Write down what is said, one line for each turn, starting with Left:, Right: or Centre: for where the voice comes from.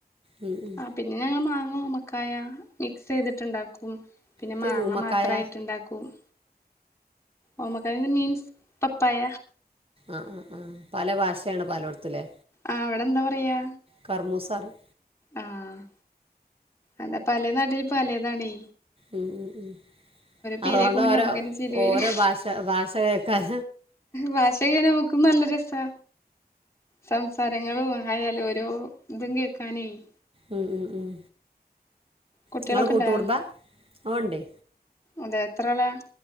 Right: ഉം ഉം
Left: ആഹ് പിന്നെ ഞങ്ങൾ മാങ്ങ ഉമ്മക്കായ മിക്സ് ചെയ്തിട്ട്ണ്ടാക്കും പിന്നെ
Right: ഇത്
Left: മാങ്ങ
Right: ഊമക്കായ
Left: മാത്രമായിട്ട്ണ്ടാ <unintelligible> ഓമ്മക്കായ മീൻസ് പപ്പായ.
Right: ആഹ് ആഹ് ആഹ് പല ഭാഷേണ് പാലോടുത്തുലെ.
Left: ആഹ് അവിടെ എന്താ പറയാ?
Right: കറ്മ്മൂസ റിം
Left: അ ആഹ് അതാ പലേ നാട്ടില് പലതാണെ.
Right: ഉം ഉം ഉം
Left: പേര്
Right: അതുകൊണ്ട്
Left: കേക്കുമ്പോ
Right: ഓരോ
Left: നമ്മക്കന്നെ ചിരി വരും
Right: ഓരോ ഭാഷ ഭാഷ കേൾക്കാൻ.
Left: ഭാഷ കേക്കുമ്പം നമുക്കും നല്ല രസാ. സംസാരങ്ങളും ആയാലും ഓരോ ഇതും കേക്കാനെയ്.
Right: ഉം ഉം ഉം
Left: കുട്ടികളൊക്കെ
Right: ഇങ്ങള് കൂട്ട്
Left: ഇണ്ടാ
Right: കുടുബാ ഓ ണ്ടെ
Left: അതെ എത്രള?